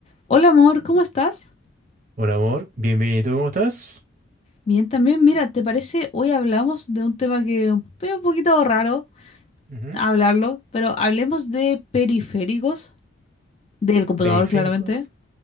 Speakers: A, on the left; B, on the right.
A: Hola amor, ¿cómo estás?
B: Hola amor, bienvenido, ¿cómo estás?
A: Bien, también, mira, ¿te parece? Hoy hablamos de un tema que un- es un poquito raro
B: Ujú.
A: hablarlo, pero hablemos de periféricos del computador,
B: Periféricos.
A: claramente.